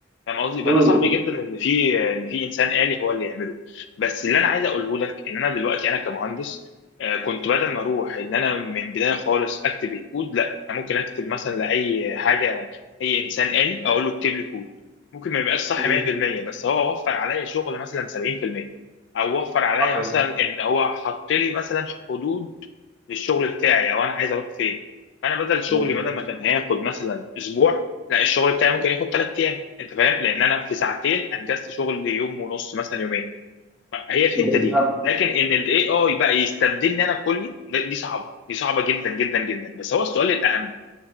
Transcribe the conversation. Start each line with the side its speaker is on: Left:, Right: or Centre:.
Left: فاهم قصدي
Centre: مم.
Left: فده صعب جدا ان في ان في انسان آلي هو اللي يعمله بس اللي انا عايز اقوله لك ان انا دلوقتي انا كمهندس آه، كنت بدل ما اروح ان انا من بدايه خالص اكتب الكود لا انا ممكن اكتب مثلا لاي حاجه اي انسان آلي اقول له اكتب لي كود ممكن ما يبقاش صح
Centre: مم.
Left: 100% بس هو وفر عليا شغل مثلا 70% او وفر عليا
Centre: صحيح
Left: مثلا ان هو حط لي مثلا حدود للشغل بتاعي او انا عايز اروح فين فانا بدل شغلي
Centre: مظبوط
Left: بدل ما كان هياخد مثلا اسبوع لا الشغل بتاعي ممكن ياخد ثلاث ايام انت فاهم لان انا في ساعتين انجزت شغل يوم ونص مثلا يومين هي الحته
Centre: بالظبط
Left: دي لكن ان الاي اي بقى يستبدلني انا كلي ده- دي صعبه دي صعبه جدا جدا جدا بس هو السؤال الاهم